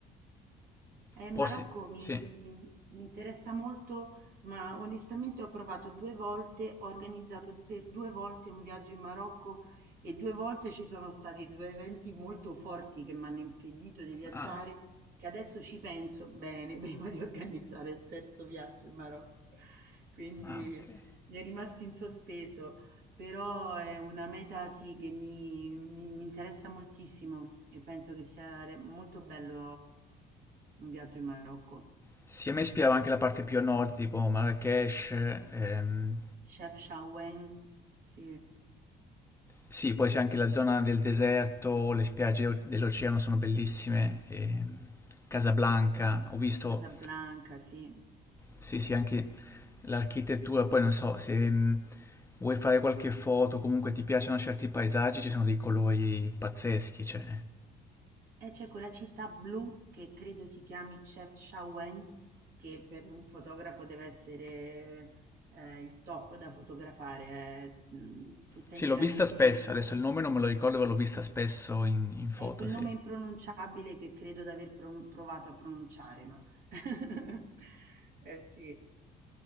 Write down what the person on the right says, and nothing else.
Eh, Marocco
mi,
mi interessa molto, ma onestamente ho provato due volte, ho organizzato per due volte un viaggio in Marocco e due volte ci sono stati due eventi molto forti che mi hanno impedito di viaggiare,
che adesso ci penso bene <laughs> prima di organizzare il terzo viaggio in Marocco. Quindi
mi è rimasto in sospeso, però è una meta sì che mi, mi mi interessa moltissimo e penso che sia re- molto bello. Un viaggio in Marocco.
Chefchaouen, sì.
Casablanca, sì.
E c'è quella città blu che credo si chiami Chefchaouen, che per un fotografo deve essere eh, il top da fotografare, è mm, tutta
interamente...
È quel
nome impronunciabile che credo di aver pron- provato a pronunciare, ma... <laughs> Eh sì.